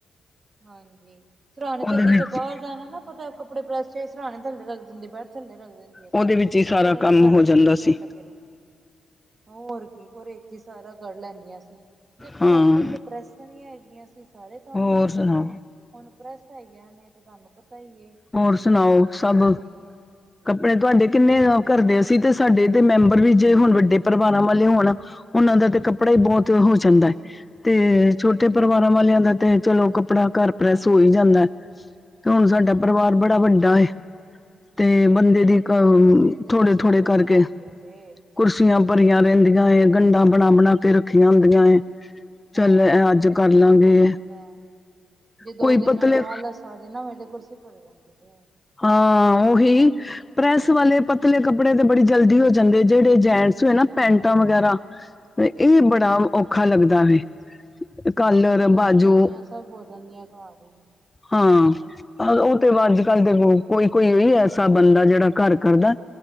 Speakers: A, on the right; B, on the left.
A: ਹਾਂਜੀ, ਸਰਾਣੇ
B: ਉਹਦੇ
A: ਤੇ ਅੱਗੇ
B: ਵਿੱਚ
A: ਥੇ ਬਾਹਰ ਜਾਣਾ ਨਾ ਪਤਾ ਏ, ਕੱਪੜੇ ਪ੍ਰੈਸ ਚਾਹੀਦੇ ਸਰਾਣੇ ਥੱਲੇ ਰੱਖ ਦਿੰਦੇ ਬੈਡ ਥੱਲੇ ਰੱਖਦੇ ਸੀ।
B: ਉਹਦੇ
A: ਸਨ
B: ਵਿੱਚ ਹੀ ਸਾਰਾ
A: ਚਲੋ
B: ਕੰਮ
A: ਜੀ ਸਾਡੇ
B: ਹੋ
A: ਕੱਪੜੇ
B: ਜਾਂਦਾ ਸੀ
A: ਤੈ ਲੱਗੇ ਵੇ। ਹੋਰ ਕੀ ਉਦੇ ਚ ਈ ਸਾਰਾ ਕੱਰ ਲੈਂਦੀਆਂ ਸੀ, ਦੇਖੋ
B: ਹਾਂ
A: ਪਹਿਲੇ ਪ੍ਰੈਸ। ਕੇੜੀਆਂ ਹੈਗੀਆਂ ਸੀ ਸਾਰੇ ਕੰਮ
B: ਹੋਰ
A: ਹੀ ਹੁੰਦੇ
B: ਸੁਣਾਓ
A: ਸੀ ਹੁਣ ਪ੍ਰੈੱਸ ਹੈਗੀਆ ਨੇ ਤੇ ਤੁਹਾਨੂੰ ਪਤਾ ਹੀ ਹੈ।
B: ਹੋਰ ਸੁਣਾਓ ਸਭ,
A: ਧੀਆਂ।
B: ਕੱਪੜੇ ਤੁਹਾਡੇ ਕਿੰਨੇ ਘਰਦੇ ਅਸੀਂ ਤੇ ਸਾਡੇ ਤੇ ਮੈਂਬਰ ਵੀ ਜੇ ਹੁਣ ਵੱਡੇ ਪਰਿਵਾਰਾਂ ਵਾਲੇ ਹੋਣ। ਉਹਨਾਂ ਦਾ ਤੇ ਕੱਪੜਾ ਹੀ ਬੋਤ ਹੋ ਜਾਂਦਾ ਹੈ, ਤੇ ਛੋ- ਟੇ
A: ਹਾਂਜੀ
B: ਪਰਿਵਾਰਾਂ ਵਾਲਿਆਂ
A: ਹਾਂਜੀ
B: ਦਾ ਤੇ ਚਲੋ ਕੱਪੜਾ ਘਰ ਪ੍ਰੈਸ ਹੋ ਈ ਜਾਂਦਾ, ਤੇ ਹੁਣ ਸਾਡੇ। ਸਾਡਾ ਪਰਿਵਾਰ
A: ਹਾਂਜੀ
B: ਬੜਾ
A: ਹਾਂਜੀ
B: ਵੱਡਾ ਏ। ਤੇ ਬੰਦੇ ਦੀ
A: ਨਹੀਂ
B: ਅ
A: ਕਿਸੇ ਟਾਈਮ ਤੇ ਮੇਰੇ ਤੇ
B: ਥੋੜੇ-
A: ਕੁਰਸੀਆਂ
B: ਥੋੜੇ
A: ਭਰੀਆਂ
B: ਕਰਕੇ।
A: ਹੁੰਦੀਆਂ ਜੇ
B: ਕੁਰਸੀਆਂ ਭਰੀਆਂ ਰਹਿੰਦੀਆਂ ਗੰਡਾਂ ਬਣਾ- ਬਣਾ ਕੇ ਰੱਖੀਆਂ ਹੁੰਦੀਆਂ ਏ। ਚੱਲ
A: ਹੋਰ
B: ਅੱਜ ਕਰ
A: ਕਿਸ
B: ਲਾਂਗੇ
A: ਟਾਈਮ ਹੋ ਜਾਂਦਾ, ਜੇ
B: ਕੋਈ
A: ਦੋ ਦਿਨ
B: ਪਤਲੇ
A: ਮੈਨੂੰ ਆਲਸ। ਪੈ ਜੇ ਨਾ ਮੇਰੀ ਤਾਂ ਕੁਰਸੀ ਭਰੀ ਰਹਿੰਦੀ ਐ।
B: ਹਾਂ ਉਹੀ, ਪ੍ਰੈਸ ਵਾਲੇ ਪਤਲੇ ਕੱਪੜੇ ਤੇ ਬੜੀ ਜਲਦੀ ਹੋ ਜਾਂਦੇ, ਜਿਹੜੇ ਜੈਂਟਸ ਹੈ ਨੇ। ਪੈਂਟਾਂ ਵਗੈਰਾ
A: ਹਾਂਜੀ।
B: ਇਹ ਬੜਾ
A: ਹਾਂਜੀ
B: ਔਖਾ ਲੱਗਦਾ
A: ਹਾਂਜੀ
B: ਵੇ। ਕਾਲਰ
A: ਚੁੰਨੀਆਂ
B: ਬਾਜੂ
A: ਚਾਨੀਆਂ ਸਭ ਹੋੋ ਜਦੀਆਂ ਘਰ ਹੀ।
B: ਹਾਂ, ਉਹ ਤੇ ਵਾਧੂ। ਕੱਲ ਦੇ ਕੋਈ- ਕੋਈ ਈ ਐਸਾ ਬੰਦਾ ਜਿਹੜਾ ਘਰ ਕਰਦਾ।